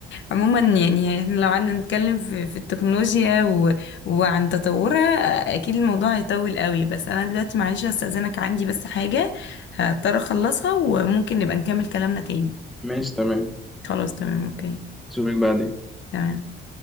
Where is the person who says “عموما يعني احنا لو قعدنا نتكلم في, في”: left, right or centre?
Left